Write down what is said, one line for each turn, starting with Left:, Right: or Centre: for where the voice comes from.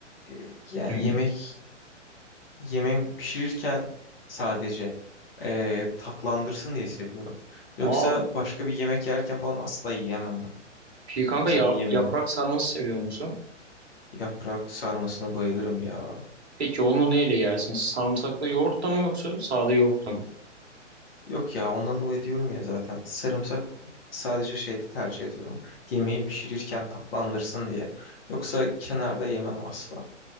Left: e, yani
Right: Hı.
Left: yemek yemeği pişirirken sadece e, tatlandırsın diye seviyorum. Yoksa
Right: Aa
Left: başka bir yemek yerken falan asla yiyemem onu.
Right: peki kanka
Left: Mesela
Right: ya,
Left: bir yemeği.
Right: yaprak sarması seviyor musun?
Left: Yaprak sarmasına bayılırım ya.
Right: Peki onu neyle yersin? Sarımsaklı yoğurtla mı yoksa sade yoğurtla mı?
Left: Yok ya ondan dolayı diyorum ya zaten sarımsak sadece şeyde tercih ediyorum. Yemeği pişirirken tatlandırsın diye. Yoksa kenarda yemem asla.